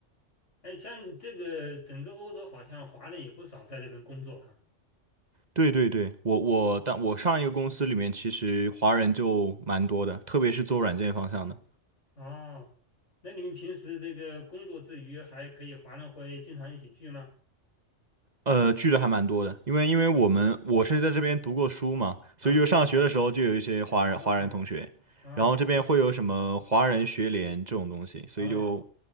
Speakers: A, on the left (about 85°); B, on the right (about 40°).
A: 哎，像你这个整个欧洲，好像华人也不少在那边工作哈。
B: 对对对，我我但我上一个公司里面其实华人就蛮多的，特别是做软件方向的。
A: 哦，那你们平时这个工作之余，还可以华人会经常一起聚吗？
B: 呃，聚的还蛮多的，因为因为我们我是在这边读过书嘛，所以就上学的时候就有一些华人华人同学，
A: 啊啊啊啊！
B: 然后这边会有什么华人学联这种东西，
A: 哦
B: 所以就
A: 哦哦哦